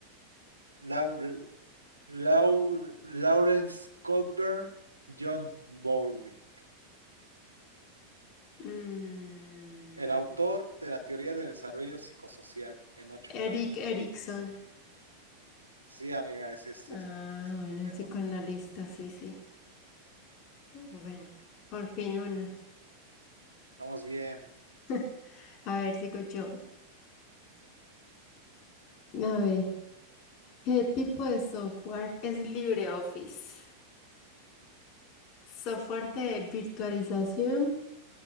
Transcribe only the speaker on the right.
Laur Laur- Lawrence Kohlberg, John Bowlby,
<laughs> el autor de la teoría de desarrollo psicosocial en ocho
etapas.
Sí, amiga, ese es
eso. Excelente.
Vamos bien.